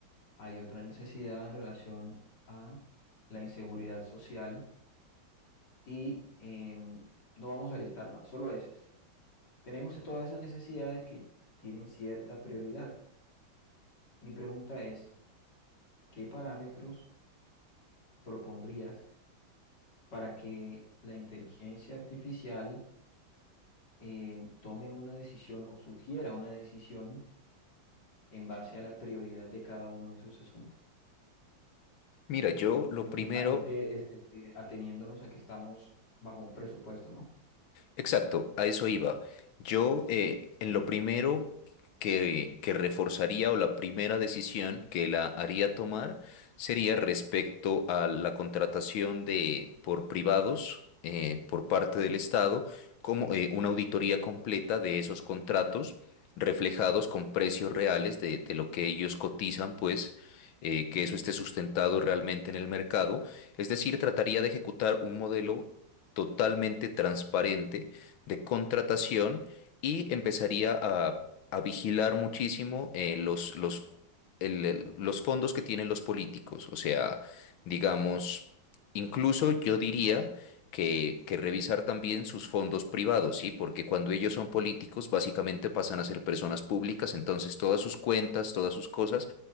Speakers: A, on the left; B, on the left.
A: Hay otra necesidad en relación a la inseguridad social y em, no vamos a listar más, solo esas. Tenemos todas esas necesidades que tienen cierta prioridad. Mi pregunta es... ¿qué parámetros propondrías para que la inteligencia artificial eh, tome una decisión o sugiera una decisión en base a la prioridad de cada uno de esos asuntos?
B: Mira, yo lo
A: Lógicamente,
B: primero...
A: es- este, ateniéndonos a que estamos bajo un presupuesto, ¿no?
B: Exacto, a eso iba. Yo, eh, en lo primero que, que reforzaría o la primera decisión que la haría tomar sería respecto a la contratación de por privados eh, por parte del Estado, como eh, una auditoría completa de esos contratos reflejados con precios reales de, de lo que ellos cotizan, pues eh, que eso esté sustentado realmente en el mercado. Es decir, trataría de ejecutar un modelo totalmente transparente de contratación y empezaría a, a vigilar muchísimo eh, los, los, el- el- los fondos que tienen los políticos. O sea, digamos, incluso yo diría que, que revisar también sus fondos privados, ¿sí? Porque cuando ellos son políticos, básicamente pasan a ser personas públicas, entonces todas sus cuentas, todas sus cosas,